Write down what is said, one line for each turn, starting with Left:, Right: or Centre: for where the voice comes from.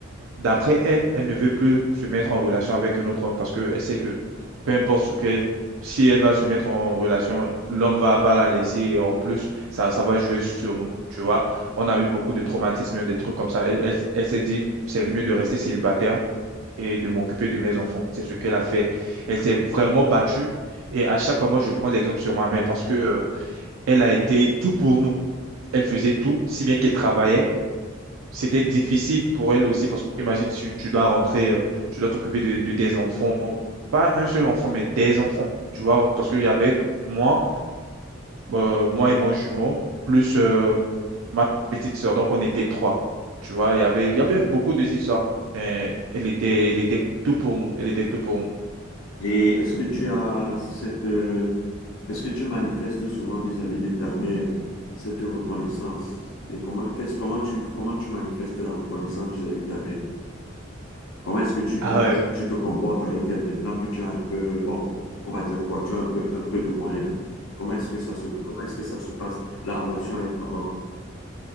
Right: D'après elle, elle ne veut plus se mettre en relation avec un autre homme parce qu'elle sait que peu importe ce qu'elle, si elle va se mettre en relation, l'homme va, va la laisser et en plus, ça, ça va jouer sur nous. Tu vois, on a eu beaucoup de traumatismes, des trucs comme ça. Elle, elle, elle s'est dit, c'est mieux de rester célibataire et de m'occuper de mes enfants. C'est ce qu'elle a fait. Elle s'est vraiment battue et à chaque fois, moi, je prends l'exemple sur ma mère parce que, euh, elle a été tout pour nous. Elle faisait tout, si bien qu'elle travaillait c'était difficile pour elle aussi parce que imagine tu, tu dois rentrer, euh, tu dois t'occuper de, de tes enfants, pas un seul enfant, mais des enfants, tu vois, parce qu'il y avait moi euh, moi et mon jumeau, plus euh, ma petite sœur. Donc, on était trois. Tu vois, il y avait, il y avait beaucoup de histoires. Mais elle était, elle était tout pour nous. Elle était tout pour nous.
Left: Et est-ce que tu as cette, euh, est-ce que tu manifestes souvent vis-à-vis de ta mère cette reconnaissance? Et comment, qu'est-ce, comment tu, comment tu manifestes la reconnaissance vis-à-vis de ta mère? Comment est-ce que tu,
Right: Ah
Left: comment
Right: ouais.
Left: est-ce que tu te comportes avec elle maintenant que tu as un peu, bon, on va dire quoi, tu as un peu, un peu de moyens. Comment est-ce que ça se, comment est-ce que ça se passe, la relation avec maman?